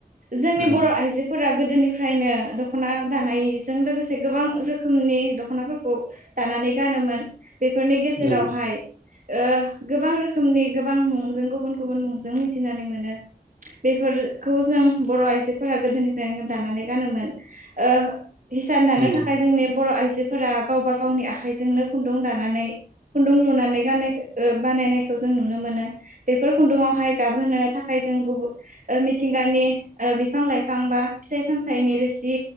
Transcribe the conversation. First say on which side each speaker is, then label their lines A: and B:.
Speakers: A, on the right (about 55°); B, on the right (about 80°).
A: जोंनि
B: नंगौ
A: बर' आइजोफोरा गोदोनि फ्रायनो दख'ना दानायजों लोगोसे गोबां रोखोमनि दख'नाफोरखौ दानानै गान नोमोन बेफोरनि गेजेरावहाय
B: नंगौ
A: ओ गोबां रोखोमनि गोबां मुंजों गुबुन गुबुन मुंजों मिथिनानै मोनो। बेफोरखौ जों बर' आइजोफोरा गोदोनिफ्रायनो दानानै गानोमोन। ओ हिसान दानो
B: नंगौ
A: थाखाय जोंनि बर' आइजो जोफोरा गावबा गावनि आखाइजोंनो खुन्दुं दानानै खुन्दुं लुनानै गाननायखो बानायनायखौ जों नुनो मोनो। बेफोर खुन्दुङावहाय गाबहोनो थाखाय जों गुबु ओ मि थिंगानि ओ बिफां लाइफां बा फिथाइ सामथाइनि रोसि